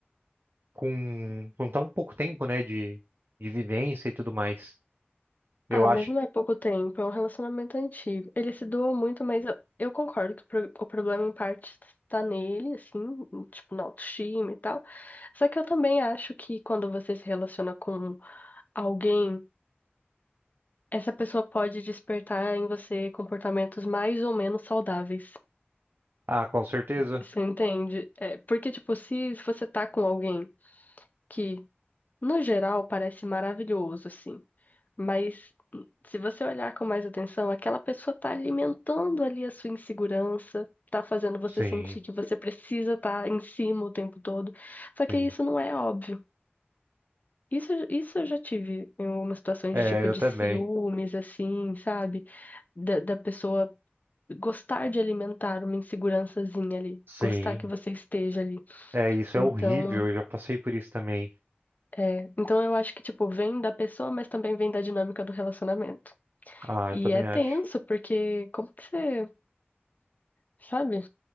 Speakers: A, on the right (about 60°); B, on the left (about 45°).
A: com, com tão pouco tempo, né, de, de vivência e tudo mais. Eu
B: Ah,
A: acho.
B: mas não é pouco tempo, é um relacionamento antigo. Ele se doa muito, mas eu, eu concordo que o, pro- o problema em parte tá nele, assim, tipo, na autoestima e tal. Só que eu também acho que quando você se relaciona com alguém, essa pessoa pode despertar em você comportamentos mais ou menos saudáveis.
A: Ah, com certeza.
B: Você entende? É, porque, tipo, se você tá com alguém que, no geral, parece maravilhoso, assim. Mas se você olhar com mais atenção, aquela pessoa tá alimentando ali a sua insegurança, tá fazendo você
A: Sim,
B: sentir que você precisa estar em cima o tempo todo. Só que
A: sim.
B: isso não é óbvio. Isso, isso eu já tive em algumas situações
A: É,
B: de tipo
A: eu
B: de
A: também.
B: ciúmes, assim, sabe? Da, da pessoa gostar de alimentar uma insegurançazinha ali,
A: Sim.
B: gostar que você esteja ali.
A: É, isso
B: Então,
A: é horrível, eu já passei por isso também.
B: é, então eu acho que, tipo, vem da pessoa, mas também vem da dinâmica do relacionamento.
A: Ah,
B: E
A: eu também
B: é tenso,
A: acho.
B: porque como que você, sabe?